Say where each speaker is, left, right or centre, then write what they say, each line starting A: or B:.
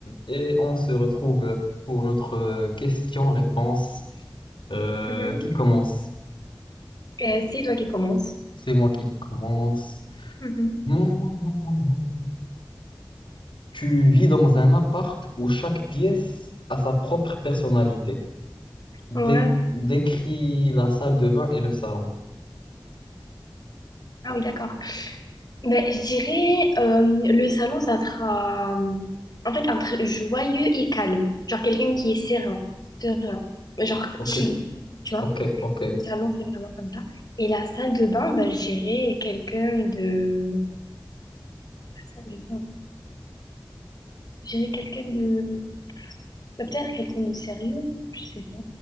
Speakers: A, on the left; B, on the left.
A: Et on se retrouve pour notre euh, question-réponse euh,
B: Mhm.
A: qui commence.
B: Et c'est toi qui commences.
A: C'est moi qui commence.
B: Mhm.
A: Mon, mon, mon, mon, mon. Tu vis dans un appart où chaque pièce a sa propre personnalité. Dé-
B: Ouais.
A: décris la salle de bain et le salon.
B: Ah oui, d'accord. Ben, je dirais, euh, le salon, ça sera euh, en fait entre joyeux et calme. Genre quelqu'un qui est serein, serein, genre
A: Ok,
B: chill, tu vois.
A: ok, ok,
B: Le salon, c'est vraiment comme ça. Et la salle de bain, ben, je dirais quelqu'un de... La salle de bain, je dirais quelqu'un de... ben, peut-être quelqu'un de sérieux, je sais pas.